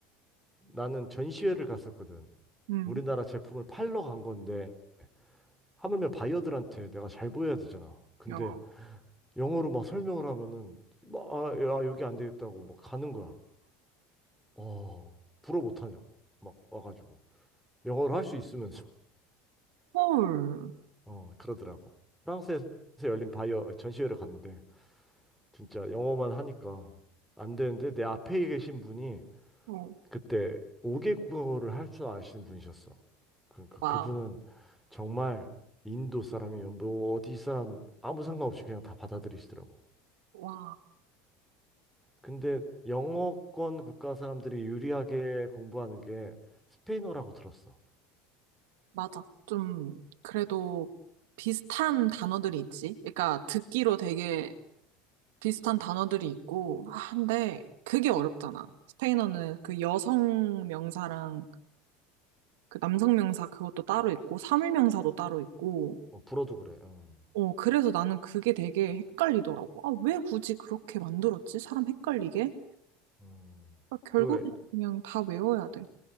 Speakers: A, in the centre; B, on the right (about 85°).
A: 나는 전시회를 갔었거든.
B: 음.
A: 우리나라 제품을 팔러 간 건데 하물며 바이어들한테 내가 잘 보여야 되잖아. 근데
B: 야,
A: 영어로 막 설명을 하면은 막 아, 야, 여기 안 되겠다고 막 가는 거야. 어, 불어 못 하냐고 막 와가지고 영어로 할 수 있으면서.
B: 헐.
A: 어, 그러더라고. 프랑스에서 열린 바이어 전시회를 갔는데 진짜 영어만 하니까 안 되는데 내 앞에 계신 분이
B: 어,
A: 그때 오개 국어를 할 줄 아시는 분이셨어. 그러니까
B: 와,
A: 그분은 정말 인도 사람이면 뭐 어디 사람 아무 상관없이 그냥 다 받아들이시더라고.
B: 와,
A: 근데 영어권 국가 사람들이 유리하게 공부하는 게 스페인어라고 들었어.
B: 맞아. 좀, 그래도 비슷한 단어들이 있지? 그러니까 듣기로 되게 비슷한 단어들이 있고, 아, 근데 그게 어렵잖아. 스페인어는 그 여성 명사랑 그 남성 명사 그것도 따로 있고, 사물 명사도 따로 있고,
A: 어, 불어도 그래. 음.
B: 어, 그래서 나는 그게 되게 헷갈리더라고. 아, 왜 굳이 그렇게 만들었지? 사람 헷갈리게?
A: 음.
B: 아, 결국엔
A: 그
B: 그냥 다 외워야 돼.